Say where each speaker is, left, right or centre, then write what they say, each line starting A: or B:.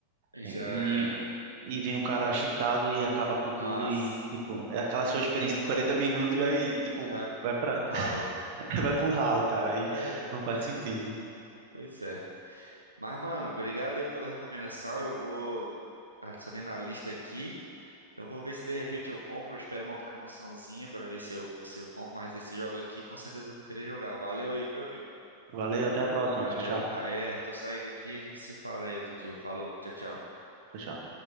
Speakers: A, on the right; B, on the right.
A: já
B: é, e,
A: é.
B: e vem o cara cheatado e acaba com tudo.
A: Nossa,
B: E, tipo, é aquela sua experiência de 40 minutos e vai, tipo,
A: a gente vai
B: vai pra,
A: pro ralo.
B: <laughs> vai pro ralo, cara. Aí
A: É,
B: não faz
A: desse
B: sentido.
A: jeito. Pois é. Mas, mano, obrigado aí pela recomendação. Eu vou adicionei na lista aqui. Eu vou ver se de repente eu compro. Espero uma promoçãozinha pra ver se eu, se eu compro. Mas esse jogo aqui, com certeza eu vou querer jogar. Valeu aí, viu, amigo?
B: Valeu, até a próxima.
A: Valeu.
B: Tchau, tchau.
A: Aí, é, tô saindo aqui. A gente se fala aí outro dia. Falou, tchau, tchau.
B: Tchau, tchau.